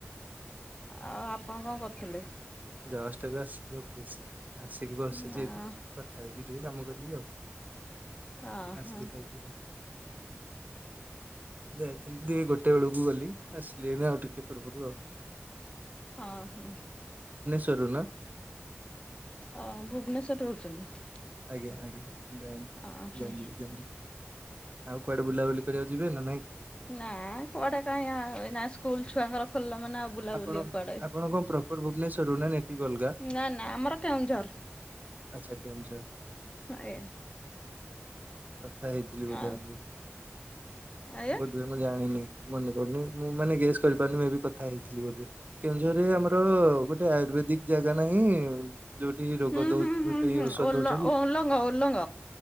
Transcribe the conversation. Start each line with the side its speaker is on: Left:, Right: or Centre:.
Left: ଆଉ ଆପଣ କଣ କରୁଥିଲେ?
Right: ଜଷ୍ଟ ଏବେ ଆସିଲି ଅଫିସରୁ ଆସିକି ବସଛି
Left: ହଁ
Right: ଏଠି କଥା ହେଇକି ଟ କାମ କରିକି ଆଉ
Left: ହଁ
Right: ଆସିଲି ଖାଇକି ଆଉ। ଯାଇଥିଲି ଦୁଇ ଗୋଟେ ବେଳକୁ ଗଲି ଆସିଲିଣି ଆଉ ଟିକେ ପୂର୍ବରୁ ଆଉ।
Left: ହ ହ।
Right: ତରୁ ନା
Left: ଅ ଭୁବନେଶର ରେ ରହୁଛନ୍ତି?
Right: ଆଜ୍ଞା ଆଜ୍ଞା ଜାଣିଲି
Left: ଓହୋ
Right: ଜାଣିଲି ଆଉ କୁଆଡେ ବୁଲାବୁଲି କରିବାକୁ ଯିବେ ନା ନାଇଁ?
Left: ନା କୁଆଡେ କାଁ ଏ ସ୍କୁଲ ଛୁଆଙ୍କର ଖୋଲିଲ ମାନେଉ ବୁଲାବୁଲି
Right: ଆପଣ
Left: କର
Right: ଆପଣ କଣ ପ୍ରପର ଭୁବନେଶ୍ୱରରୁ ନା ନେଟିଭ ଅଲଗା
Left: ନା ନା ଆମର କେଉଁଝର।
Right: ଆଚ୍ଛା କେଉଁ ଝର।
Left: ଆଜ୍ଞା
Right: କଥା ହେଇଥିଲି ବଧେ
Left: ଆଉ
Right: ଟୁ
Left: ଆଜ୍ଞା
Right: ବଧେ ମୁଁ ଜାଣିନି ମନେ ପଡୁନି ମୁଁ ମାନେ ଗେସ୍ କରିପାରୁନି ମୁଁ ଏ କଥା ହେଇଥିଲି ବୋଧେ କେଉଁଝରରେ ଆମର ଗୋଟେ ଆୟୁର୍ବେଦିକ ଜାଗା ନାହିଁ ଯୋଉଠି ରୋଗ
Left: ହୁଁ
Right: ଦଉ
Left: ହୁଁ ହୁଁ
Right: ପାଇଁ
Left: ହୁଁ
Right: ଔଷଧ
Left: ଓଲ
Right: ଦଉଛନ୍ତି
Left: ଓଲଙ୍ଗ ଓଲଙ୍ଗ